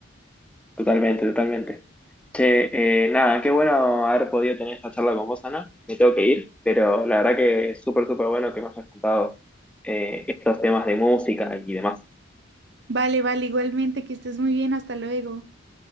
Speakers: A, in the centre; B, on the right.
A: Totalmente, totalmente. Che, eh, nada, qué bueno haber podido tener esta charla con vos, Ana. Me tengo que ir, pero la verdad que es súper, súper bueno que me hayas contado eh, estos temas de música y demás.
B: Vale, vale, igualmente, que estés muy bien, hasta luego.